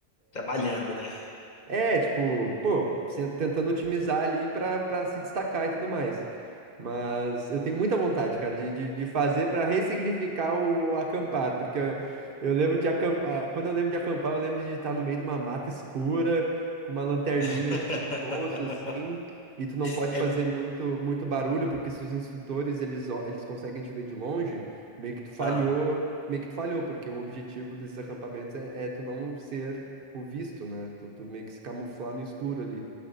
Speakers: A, on the left; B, on the right.
A: trabalhando, né?
B: É, tipo, pô, se- tentando otimizar ali pra, pra se destacar e tudo mais. Mas eu tenho muita vontade, cara, de, de, de fazer pra ressignificar o acampar, porque eu, eu lembro de acampar, quando eu lembro de acampar, eu lembro de estar no meio de uma mata escura, com uma lanterninha
A: <laughs>
B: tipo de bolso assim, e tu não pode
A: É...
B: fazer muito muito barulho, porque se os instrutores eles ó- eles conseguem te ver de longe, meio que tu falhou,
A: Ah,
B: meio que tu falhou, porque o objetivo desses acampamentos é, é tu não ser o visto, né? Tu, tu meio que se camuflar no escuro ali.